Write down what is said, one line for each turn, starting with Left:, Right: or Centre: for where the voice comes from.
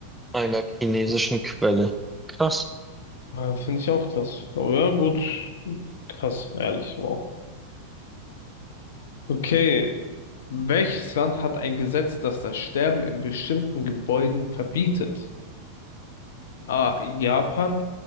Centre: einer chinesischen Quelle. Krass.
Left: finde ich auch krass. Aber ja, gut. Krass, ehrlich, wow. Okay. Welches Land hat ein Gesetz, das das Sterben in bestimmten Gebäuden verbietet? A. Japan,